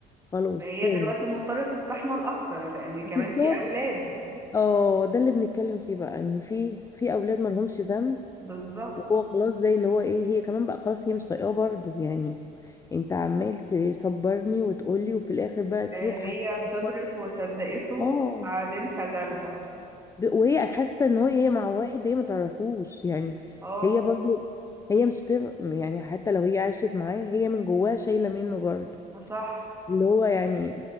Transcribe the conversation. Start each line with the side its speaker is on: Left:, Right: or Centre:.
Left: خلاص
Right: فهي
Left: هاني
Right: دلوقتي مضطرة تستحمل أكتر لأن
Left: بالظبط
Right: كمان في أولاد
Left: اه ده اللي بنتكلم فيه بقى ان في في اولاد ما لهمش ذنب
Right: بالظبط
Left: وهو خلاص زي اللي هو ايه هي كمان بقى خلاص هي مش طايقاه برضه يعني انت عمال تصبرني وتقولي وفي الاخر بقى تح-
Right: آه، هي
Left: حاسه
Right: صبرت
Left: إن
Right: وصدقته
Left: هو،
Right: وبعدين خذلها
Left: ب- وهي حاسه ان هو- هي مع واحد هي ما تعرفوش يعني
Right: اه
Left: هي برضو هي مش تف... يعني حتى لو هي عاشت معاه هي من جواها شايله منه برضو
Right: صح
Left: اللي هو يعني